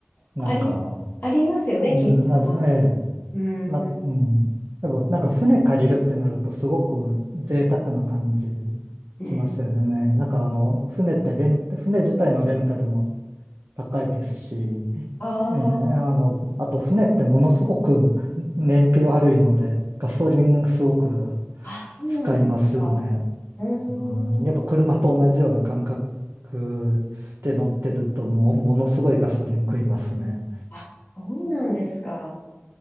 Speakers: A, on the right; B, on the left.
A: なんか、
B: あり、ありますよね、
A: うん、
B: きっと。
A: あの、ええ、
B: うん。
A: な、うん、やっぱなんか船借りるってなるとすごく贅沢な感じ
B: うん。
A: しますよね。なんかあの、船ってレン、船自体のレンタルも高いですし、
B: あ
A: ええ、あの、
B: あ、
A: あと船ってものすごく燃費悪いので、ガソリンすごく
B: あ、そうなんですか。
A: 使いますよね。
B: うーん。
A: うん、やっぱ車と同じような感覚で乗ってるともう、ものすごいガソリン食いますね。
B: あ、そうなんですか。